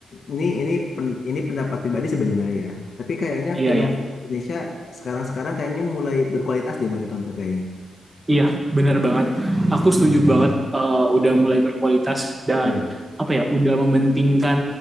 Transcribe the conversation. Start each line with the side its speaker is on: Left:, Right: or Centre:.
Left: ini ini pen- ini pendapat pribadi sebenarnya ya. Tapi kayaknya
Right: Iya
Left: film
Right: ya.
Left: Indonesia sekarang-sekarang kayaknya mulai berkualitas deh buat ditonton kayaknya.
Right: Iya, benar banget. Aku setuju banget eh, udah mulai berkualitas dan
Left: Iya.
Right: apa ya, udah mementingkan